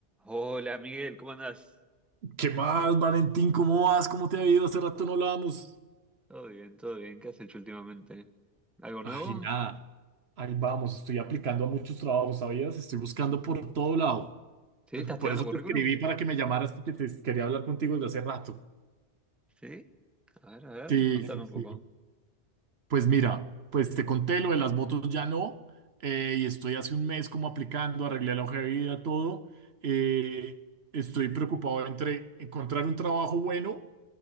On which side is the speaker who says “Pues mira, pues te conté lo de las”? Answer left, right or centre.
Right